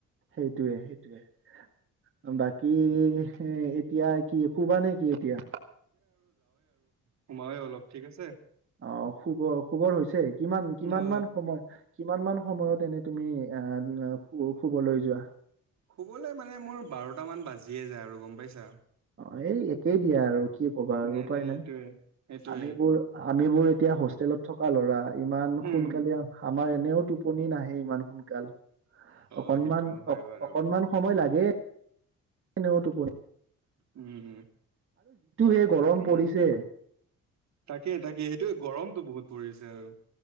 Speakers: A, on the right (about 45°); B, on the right (about 65°).
A: সেইটোৱে সেইটোয়ে বাকী এ এতিয়া কি শুবা নেকি এতিয়া
B: সোমায়েই অলপ ঠিক আছে
A: অ শুব শুবৰ হৈছে কিমান কিমান
B: অ
A: মান সময় কিমান মান সময়ত এনে তুমি আহ এ হো শুবলৈ যোৱা
B: শুবলৈ মানে মোৰ বাৰটা মান বাজিয়ে যায় আৰু গম পাইছা
A: অ এই একেই দিয়া আৰু কি কবা আৰু
B: সেইটোয়ে
A: উপায়
B: সেইটোয়ে
A: নাই
B: সেইটোয়ে
A: আমিবোৰ আমিবোৰ এতিয়া হোষ্টেলত থকা ল'ৰা ইমান
B: হম
A: সোনকালে হাপ আমাৰ এনেও টোপনি নাহে ইমান সোনকাল
B: অ
A: অকনমান
B: সেইটো হয়
A: অ
B: বাৰু
A: অকনমান সময় লাগে কিন্তু টুপনি
B: উম উম
A: সেই গৰম
B: বাকী
A: পৰিছে
B: তাকেই তাকেই সেইটোয়ে গ গৰমটো বহুত পৰিছে আৰু